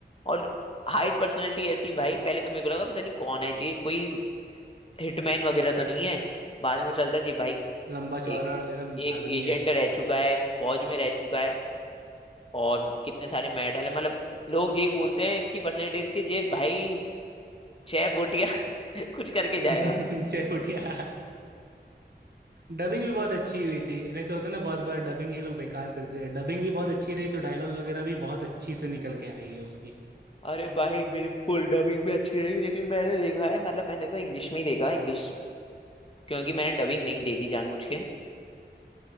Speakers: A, on the left (about 30°); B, on the right (about 60°).
A: और हाइट पर्सनैलिटी ऐसी भाई पहले तो मेरे को लगा पता नहीं कौन है ये कोई हिटमैन वगैरह तो नहीं है बाद में पता चलता है ये भाई
B: लंबा चौड़ा
A: एक
B: एकदम
A: एक
B: आदमी
A: एजेंट
B: है
A: रह चुका है फौज में रह चुका है और कितने सारे मेडल है मतलब लोग यही बोलते हैं इसकी पर्सनैलिटी कि ये भाई छह फुटिया <laughs> कुछ करके जाएगा
B: <laughs> छह फुटिया डबिंग भी बहुत अच्छी हुई थी नहीं तो होता है ना बहुत बार डबिंग ये लोग बेकार करते हैं डबिंग भी बहुत अच्छी रही तो डायलॉग्स वगैरह भी बहुत अच्छी से निकल के आई है उसकी
A: अरे भाई बिल्कुल डबिंग भी अच्छी रही लेकिन मैंने देखा है मतलब मैंने तो इंग्लिश में ही देखा इंग्लिश क्योंकि मैंने डबिंग नहीं देखी जानबूझ के